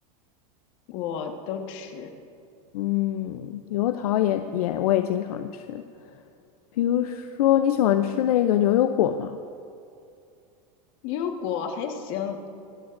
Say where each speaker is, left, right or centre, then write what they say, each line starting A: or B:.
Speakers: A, on the left (about 55°); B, on the left (about 75°).
A: 我都吃。
B: 嗯，油桃也也我也经常吃。比如说你喜欢吃那个牛油果吗？
A: 牛油果还行，